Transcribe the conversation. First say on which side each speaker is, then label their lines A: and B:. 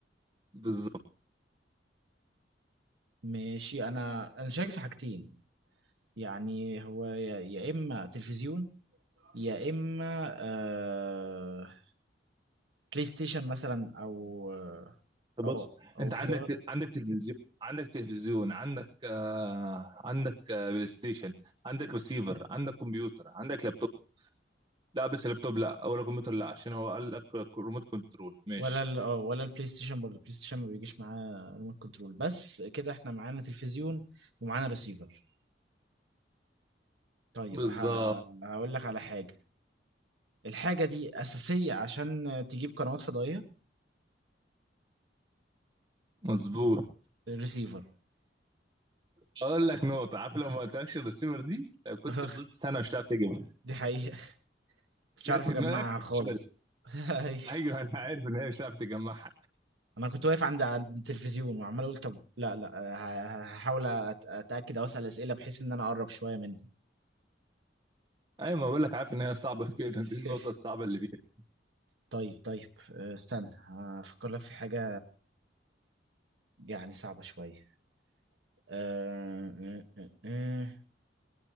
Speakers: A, on the right; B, on the right.
A: بالظبط
B: ماشي أنا أنا شايف في حاجتين يعني هو يا يا إما تلفزيون يا إما آه بلاي ستيشن مثلا أو آه
A: بص
B: أو أو
A: انت
B: في
A: عندك
B: آر
A: عندك تلفزيون عندك تلفزيون عندك آه عندك آه بلاي ستيشن عندك ريسيفر عندك كمبيوتر عندك لابتوب لا بس اللابتوب لا ولا كمبيوتر لا عشان هو قال لك ريموت كنترول ماشي
B: ولا ال آه ولا البلاي ستيشن برضه البلاي ستيشن ما بيجيش معاه ريموت كنترول بس كده إحنا معانا تلفزيون ومعانا ريسيفر طيب
A: بالظبط
B: بس ه- هقول لك على حاجة الحاجة دي أساسية عشان تجيب قنوات فضائية
A: مظبوط
B: الريسيفر
A: اقول لك نقطه عارف لو ما قلتلكش الريسيفر دي كنت
B: <laughs>
A: فضلت سنه مش هتعرف تجيبها
B: دي حقيقة مش
A: جت
B: عارف أجمعها
A: في دماغك
B: خالص
A: ابدا
B: <laughs> أيوة.
A: ايوه انا عارف ان هي مش هتعرف تجمعها
B: أنا كنت واقف عند عند التلفزيون وعمال أقول طب لا لا ه- هحاول أت- أتأكد أو أسأل أسئلة بحيث إن أنا أقرب شوية منه
A: ايوه ما بقول لك عارف ان هي صعبه في كده
B: <laughs>
A: دي النقطه الصعبه اللي فيها
B: طيب طيب أه، استنى هفكر لك في حاجة يعني صعبة شوية أه، أه، أه، أه.